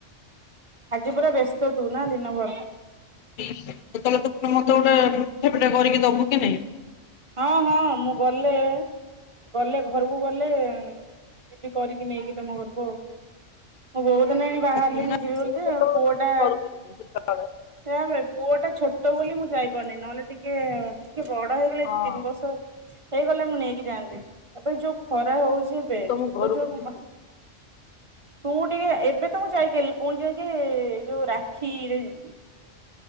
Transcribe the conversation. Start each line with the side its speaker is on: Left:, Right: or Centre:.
Right: ଆଜି ପୁରା ବ୍ୟସ୍ତ ତୁ ନା ଦିନ ଭର
Left: ସେତେବେଳେ ତ ମତେ ଗୋଟେ ମିଠା ପିଠା କରିକି ଦବୁ କି ନାଁଇ।
Right: ହଁ ହଁ ମୁଁ ଗଲେ ଗଲେ ଘରକୁ ଗଲେ ଯିବି କରିକି ନେଇକି ତମ ଘରକୁ ଆଉ। ମୁଁ ବହୁତ୍ ଦିନି ହେଲାଣି ବାହାରିଲିଣି
Left: ମୁଁ
Right: ଯିବି ବୋଲି ଯେ
Left: ଯେତେବେଳେ
Right: ପୁଅ
Left: ତମ
Right: ଟା
Left: ଘରକୁ ଯିବି ସେତେବେଳେ
Right: ସେଆବେ ପୁଅ ଟା ଛୋଟ ବୋଲି ମୁଁ ଯାଇପାରୁନି ନହେଲେ ଟିକେ ଟିକେ ବଡ ହେଇଗଲେ
Left: ହଁ
Right: ଯିବି ତିନି ବର୍ଷ ହେଇଗଲେ ମୁଁ ନେଇକି ଯାଆନ୍ତି ଏବେ ଯୋଉ ଖରା ହୋଉଚି ଏବେ
Left: ମୁଁ ତମ
Right: ଛୋଟ
Left: ଘରକୁ
Right: ଛୁଆକୁ
Left: ଯିବି।
Right: ମା ତୁ ଟିକେ ଏବେ ତ ମୁଁ ଯାଇକିଆଇଲି ପୁଣି ଯାଇକି ଏଇ ଯୋଉ ରାକ୍ଷୀରେ ଯିବି।